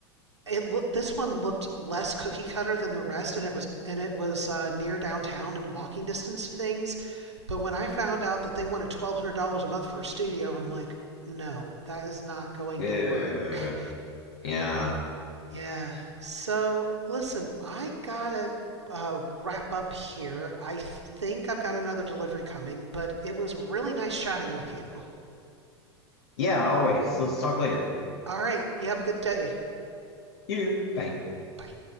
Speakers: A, on the right; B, on the left.
A: it loo- this one looked less cookie cutter than the rest and it was and it was uh, near downtown and walking distance to things but when i found out that they wanted $1200 a month for a studio i'm like no that is not going
B: Yeah.
A: to work
B: Yeah.
A: yeah so listen i gotta uh, wrap up here i think i've got another delivery coming but it was really nice chatting with you
B: Yeah, always. Let's talk later.
A: all right you have a good day
B: You do. Bye.
A: bye